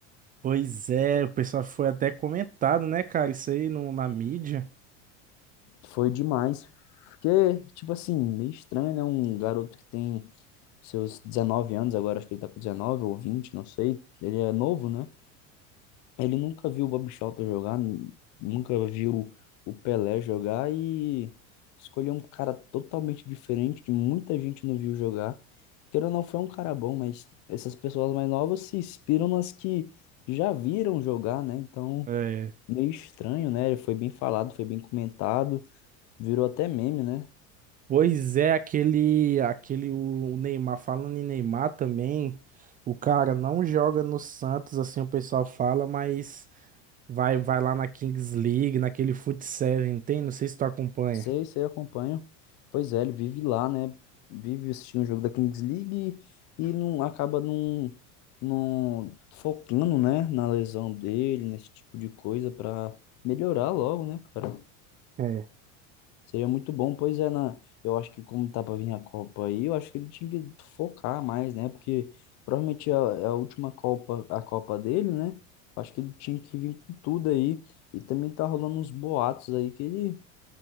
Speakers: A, on the right; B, on the left.
A: Pois é, o pessoal foi até comentado, né, cara? Isso aí no, na mídia.
B: Foi demais. Porque, tipo assim, meio estranho, né? Um garoto que tem seus 19 anos, agora acho que ele tá com 19 ou 20, não sei. Ele é novo, né? Ele nunca viu o Bob Shelton jogar, nu- nunca viu o Pelé jogar e escolheu um cara totalmente diferente que muita gente não viu jogar. Queira ou não, foi um cara bom, mas essas pessoas mais novas se inspiram nas que já viram jogar, né? Então,
A: É.
B: meio estranho, né? Ele foi bem falado, foi bem comentado, virou até meme, né?
A: Pois é, aquele, aquele o o Neymar, falando em Neymar também, o cara não joga no Santos, assim o pessoal fala, mas vai vai lá na Kings League, naquele Foot Seven, tem? Não sei se tu acompanha.
B: Sei, sei, acompanho. Pois é, ele vive lá, né? Vive assistindo o jogo da Kings League e não acaba não, não focando, né, na lesão dele, nesse tipo de coisa para melhorar logo, né, cara?
A: É.
B: Seria muito bom, pois é, na, eu acho que como tá para vir a Copa aí, eu acho que ele tinha que focar mais, né? Porque provavelmente é a, é a última Copa, a Copa dele, né? Acho que ele tinha que vir com tudo aí. E também tá rolando uns boatos aí que ele